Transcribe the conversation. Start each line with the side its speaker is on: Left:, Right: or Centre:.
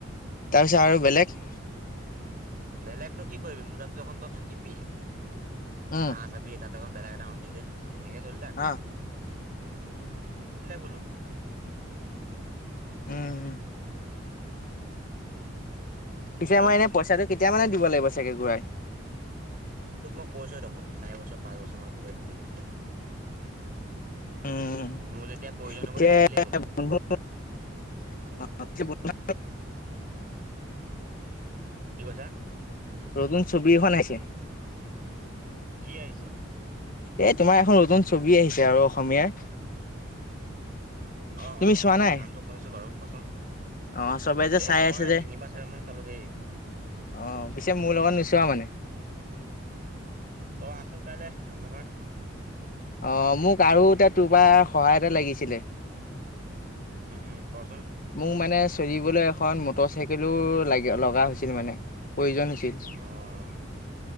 Left: তাৰপিছত আৰু বেলেগ
Right: বেলেগনো কি কৰিবি মোৰজাত তো থাকিবি
Left: উম
Right: হ চবি এ তাত ত বেগ্ৰামওন্দে নেকেলে
Left: অ'।
Right: বুলো।
Left: উম'। পিছে
Right: হেল্ল'
Left: মই এনেইচাটো কেতিয়া মানে দিব লাগিবাগে ঘূৰাই।
Right: তোক মই কৈছোঁ দেখোন চাৰ বছৰ পাঁচছৰমানৰ পিছত দি হ'ল।
Left: উম,।
Right: মোৰ যেতিয়া প্ৰয়োজন
Left: পিছে
Right: হ'ব তেতিয়া দিলেই হ'ল।
Left: <inaudible>
Right: কি কৈছা?
Left: নতুন ছবি এখন আহিছে।
Right: কি আহিছে?
Left: এই তোমাৰ এখন নতুন ছবি আহিছে আৰু অসমীয়াৰ।
Right: অ',
Left: তুমি
Right: অ',
Left: চোৱা
Right: অ'
Left: নাই?
Right: নামটো শুনিছোঁ বাৰু, কচোন?
Left: অ চবে যে
Right: এ
Left: চাই
Right: মই
Left: আছে যে।
Right: তিনিবাৰ চাৰি মান চালো হেই।
Left: অ' পিছে মোৰ লগত নোচোৱা মানে।
Right: তই আছোন কাইলৈ যাম নহয়।
Left: অ' মোক আৰু এতিয়া তোৰ পৰা সহায় এটা লাগিছিলে।
Right: উম, কচোন।
Left: মোক মানে চলিবলৈ এখন মটৰ চাইকেলো লগা হৈছিল মানে প্ৰয়োজন হৈছিল।
Right: অ'